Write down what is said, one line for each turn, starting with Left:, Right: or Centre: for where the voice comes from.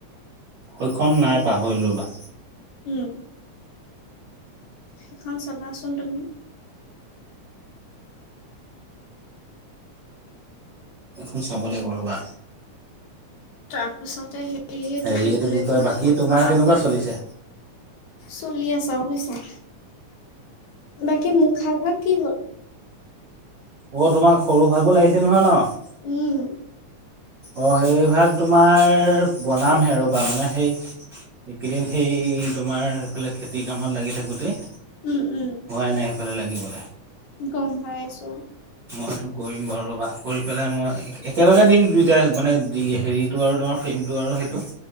Right: সৈখন নাই পাহৰিলো ৰবা।
Left: উম। সেইখন চাবাচোন তুমি।
Right: এইখন চাব লাগিব ৰবা।
Left: তাৰপিছতে হেৰিয়েটো
Right: হেৰি
Left: কি
Right: এইটো
Left: বুলি কয়
Right: বাকী তোমাৰ কেনেকুৱা
Left: আহ
Right: চলিছে
Left: চলি আছে আৰু বুজিছা, বাকী মুখা ভাগ কি হ'ল?
Right: অ' তোমাক সৰু ভাগো লাগিছিল নহয় ন'?
Left: উম।
Right: অ' সেই ভাগ তোমাৰ বনামহে ৰ'বা মানে সেই এইকেইদিন সেই তোমাৰ সেইফালে খেতিৰ কামত লাগি থাকোতেই।
Left: উম উম।
Right: হোৱাই নাই সেইফালে লাগিবলে।
Left: গম পাই আছো।
Right: মইটো কৰিম বাৰু ৰবা কৰি পেলাই মই একেলগে দিম দুইটা মানে হেৰিত। টো আৰু তোমাৰ ফ্ৰেমটো আৰু সেইটো